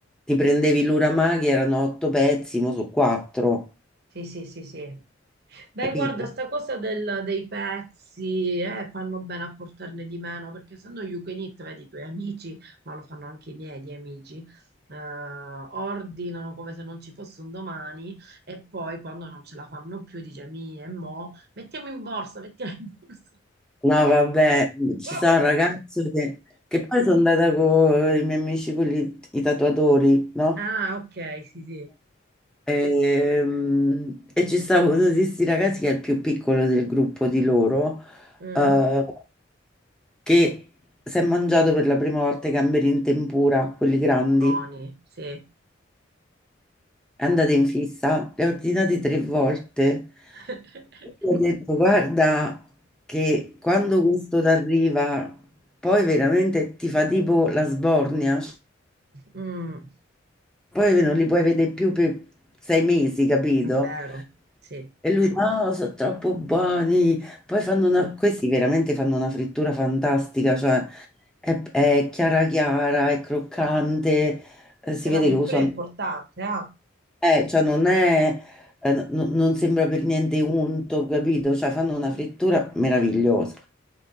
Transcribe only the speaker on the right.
sì, sì, sì, sì. Beh,
guarda, sta cosa del- dei pezzi, eh, fanno bene a portarne di meno, perché essendo you can eat, vedi i tuoi amici, ma lo fanno anche i miei di amici, eh, ordinano come se non ci fosse un domani e poi quando non ce la fanno più dice, mi e mo, mettiamo in borsa, mettiamo in borsa.
<laughs>
Ah, ok, sì, sì.
Mhm.
Buoni, sì.
<laughs>
Mm,
è vero, sì.
Mm.
Che la
frittura
è importante, ah.